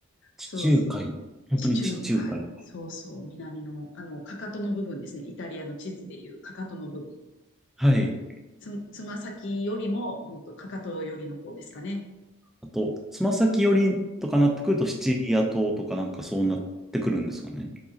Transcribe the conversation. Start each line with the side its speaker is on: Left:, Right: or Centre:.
Centre: 地中海。
Left: そうそう。
Centre: 本当に地中海。
Left: 地中海。そうそう。南の、あの、かかとの部分ですね。イタリアの地図でいうかかとの部分。
Centre: はい。
Left: つ、つま先よりも、もっとかかとよりの方ですかね。
Centre: あと、つま先寄りとかなってくると、シチリア島とかなんかそうなってくるんですかね。